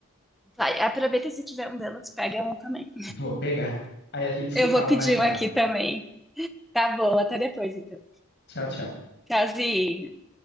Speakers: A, in the centre; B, on the left (about 50°).
A: vai, aproveita e se tiver um delas, pega um também.
B: Vou pegar. Aí a gente se
A: Eu
B: fala
A: vou pedir
B: mais tarde.
A: um aqui também. Tá bom, até depois então.
B: Tchau, tchau.
A: Tchauzinho.